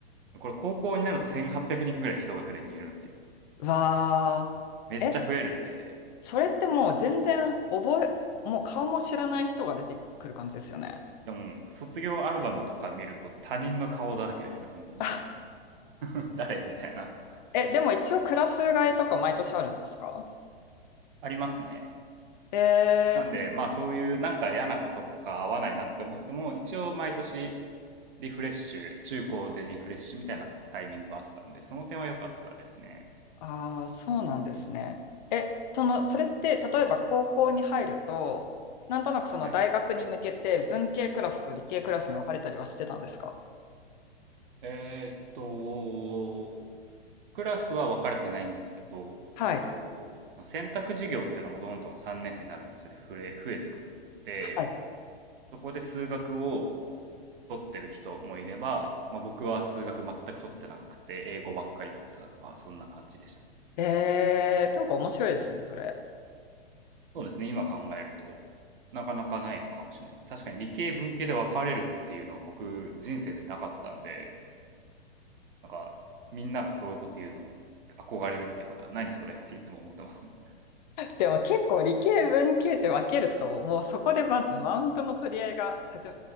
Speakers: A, on the right (about 55°); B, on the left (about 45°).
A: これ高校になると1800人ぐらい一学年にいるんですよ。
B: わあ。
A: めっちゃ増えるんで、
B: え、それってもう全然覚え、もう顔も知らない人が出てくる感じですよね。
A: でも卒業アルバムとか見ると他人の顔だらけですよ、本当に。
B: あ
A: <laughs> 誰みたいな。<laughs>
B: え、でも一応クラス替えとか毎年あるんですか
A: ありますね。
B: え
A: なんで、
B: ー、
A: まあそういうなんか嫌なこととか合わないなって思っても、一応毎年リフレッシュ、中高でリフレッシュみたいなタイミングがあったんで、その点は良かったですね。
B: ああ、そうなんですね。え、その、それって例えば高校に入ると、なんとなくその大学に向けて文系クラスと理系クラスに分かれたりはしてたんですか
A: はい。えーっと、クラスは分かれてないんですけど、
B: はい。
A: えっと、その選択授業っていうのがどんどん3年生になるにつれ増え、増えてくんで、
B: はい。
A: そこで数学を取ってる人もいれば、まあ、僕は数学全く取ってなくて、英語ばっかり取ってたとか、そんな感じでしたね。
B: えー、なんか面白いですね、それ。
A: そうですね、今考えると、なかなかないのかもしれないですね。確かに理系、文系で分かれるっていうのは僕、人生でなかったんで、なんか、みんながそういうこと言うの憧れるっていうか、何それっていつも思ってますね。
B: でも結構理系文系って分けると、もうそこでまずマウントの取り合いが始